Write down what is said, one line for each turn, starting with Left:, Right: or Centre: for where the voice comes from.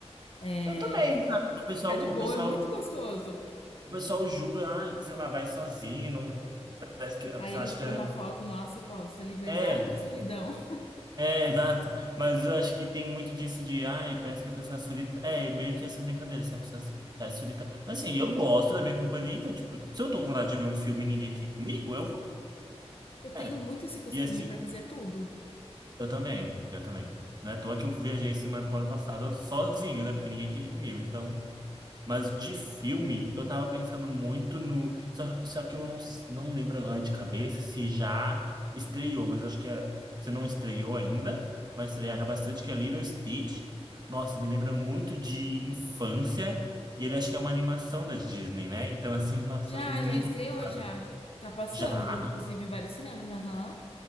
Left: é,
Right: tem, sabe? O pessoal,
Left: ficar de
Right: o
Left: boa,
Right: pessoal,
Left: é muito gostoso.
Right: o pessoal julga, ai, sei lá, vai sozinho, não... Parece que a
Left: Aí
Right: pessoa
Left: eles
Right: acha
Left: tiram
Right: que é...
Left: uma foto nossa e posta liberdade
Right: É,
Left: ou solidão? <laughs>
Right: É, exato. Mas eu acho que tem muito disso de, ai, parece que a pessoa é solitária. É, meio que essa brincadeira, essa pessoa parece solitária. Mas assim, eu gosto da minha companhia, então, tipo, se eu tô com vontade de ver um filme e ninguém aqui comigo, eu vou,
Left: Eu
Right: né?
Left: tenho muito esse costume
Right: E assim,
Left: pra fazer tudo.
Right: eu também, eu também. Não é à toa que eu viajei semana, o ano passado sozinho, né? Porque ninguém queria ir comigo. Então, mas de filme, eu tava pensando muito no. Só, só que eu não, s- não lembro agora de cabeça se já estreou, mas acho que é, se não estreou ainda, vai estrear bastante, que é Little Stitch. Nossa, me lembra muito de infância, e ele acho que é uma animação da Disney, né? Então, assim, <laughs> nossa,
Left: Já,
Right: eu tô muito
Left: já estreou,
Right: empolgado
Left: já. Tá passando,
Right: Já?
Left: inclusive, em vários cinemas, aham.